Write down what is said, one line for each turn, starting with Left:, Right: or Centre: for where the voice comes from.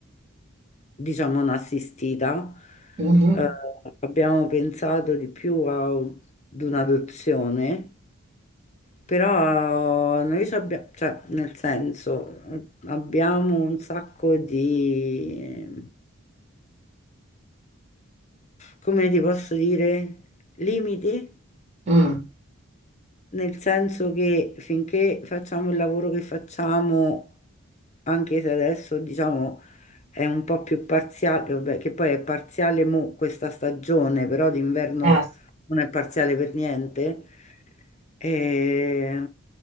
Left: diciamo, non assistita,
Right: Mhm.
Left: eh, Mm. abbiamo pensato di più a- ad un'adozione. Però noi ci abbiamo, cioè, nel senso, eh, abbiamo un sacco di, come ti posso dire, limiti
Right: Mm.
Left: nel senso che finché facciamo il lavoro che facciamo, anche se adesso diciamo è un po' più parziale, vabbè, che poi è parziale mo questa stagione, però d'inverno
Right: Eh,
Left: non è parziale per niente, è